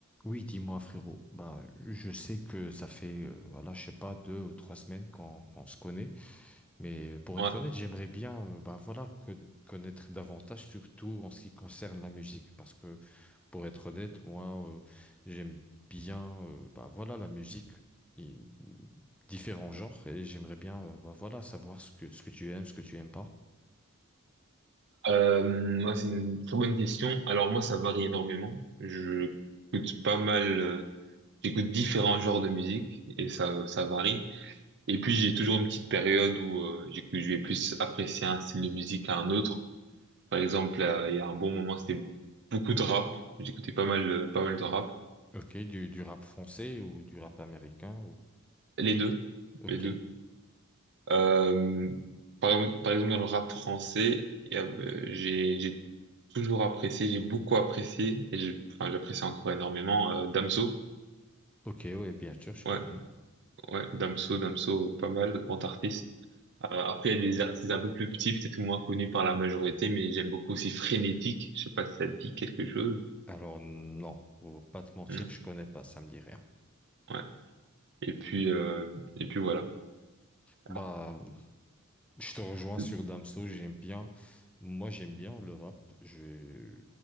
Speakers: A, in the centre; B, on the right.
A: Oui, dis-moi frérot. Bah, je sais que ça fait, euh, voilà, je sais pas, deux ou trois semaines qu'on qu'on se connaît. Mais euh, pour
B: Ouais.
A: être honnête, j'aimerais bien, euh, bah voilà, que- connaître davantage, surtout en ce qui concerne la musique, parce que pour être honnête, moi, euh, j'aime bien, euh, bah voilà, la musique, et différents genres, et j'aimerais bien, euh, bah voilà, savoir ce que ce que tu aimes, ce que tu aimes pas.
B: Euh, moi, c'est une très bonne question. Alors moi, ça varie énormément. Je écoute pas mal, euh, j'écoute différents genres de musique et ça, ça varie. Et puis j'ai toujours une petite période où euh, j'écoute- je vais plus apprécier un style de musique à un autre. Par exemple, euh, il y a un bon moment, c'était beaucoup de rap. J'écoutais pas mal, euh, pas mal de rap.
A: Ok, du du rap français ou du rap américain ou.
B: Les deux,
A: Ok,
B: les deux. Euh, par, exemple- par exemple, dans le rap français, il y a- euh, j'ai j'ai toujours apprécié, j'ai beaucoup apprécié, et j'ai- enfin, j'apprécie encore énormément euh, Damso.
A: ok, ouais, bien sûr, je connais.
B: Ouais, ouais, Damso, Damso, pas mal, grand artiste. Euh, après, il y a des artistes un peu plus petits, peut-être moins connus par la majorité, mais j'aime beaucoup aussi Frénétique. Je sais pas si ça te dit quelque chose.
A: Alors non, pour pas te mentir,
B: Mm,
A: je connais pas, ça me dit rien.
B: ouais. Et puis, euh, et puis voilà. Alors,
A: Bah, je te rejoins
B: oui,
A: sur Damso, j'aime bien. Moi, j'aime bien le rap. Je